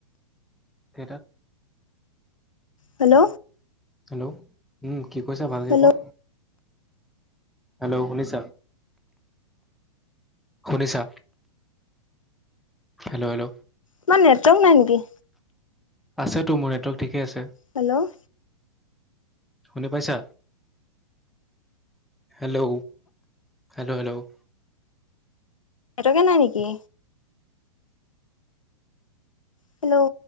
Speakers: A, in the centre; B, on the left.
A: কেইটাত
B: হেল্ল'।
A: হেল্ল' উম কি কৈছা ভালকে
B: হেল্ল'
A: কোৱা। হেল্ল' শুনিছা। শুনিছা হেল্ল' হেল্ল'।
B: তোমাৰ নেটৱৰ্ক নাই নেকি।
A: আছেতো মোৰ নেটৱৰ্ক ঠিকেই আছে।
B: হেল্ল'
A: শুনি পাইছা হেল্ল' হেল্ল' হেল্ল'
B: এটকা নাই নিকি হেল্ল'